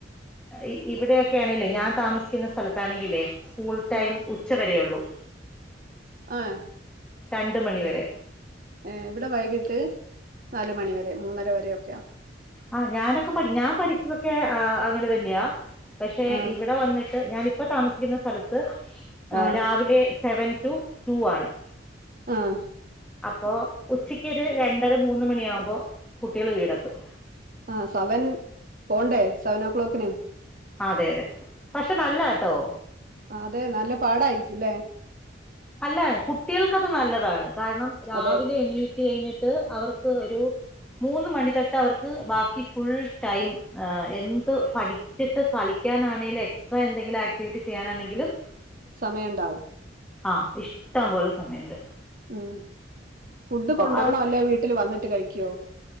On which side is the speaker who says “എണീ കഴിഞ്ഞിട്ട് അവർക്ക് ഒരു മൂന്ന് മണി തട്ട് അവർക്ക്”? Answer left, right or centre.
Centre